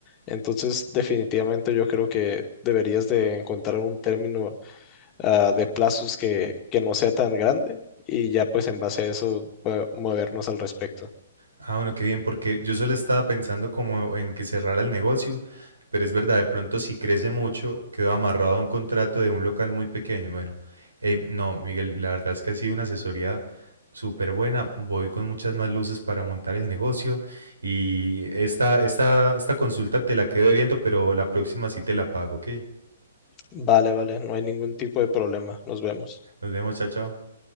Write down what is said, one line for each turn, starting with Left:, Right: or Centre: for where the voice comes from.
Left: Entonces, definitivamente yo creo que deberías de encontrar un término ah, de plazos que, que no sea tan grande y ya pues en base a eso mue- movernos al respecto.
Right: Ah, bueno, qué bien, porque yo solo estaba pensando como en que cerrara el negocio, pero es verdad, de pronto si crece mucho, quedo amarrado a un contrato de un local muy pequeño. Bueno, eh, no, Miguel, la verdad es que ha sido una asesoría súper buena. Voy con muchas más luces para montar el negocio y esta, esta, esta consulta te la quedo debiendo, pero la próxima sí te la pago, ¿ok?
Left: Vale, vale, no hay ningún tipo de problema. Nos vemos.
Right: Nos vemos, chao, chao.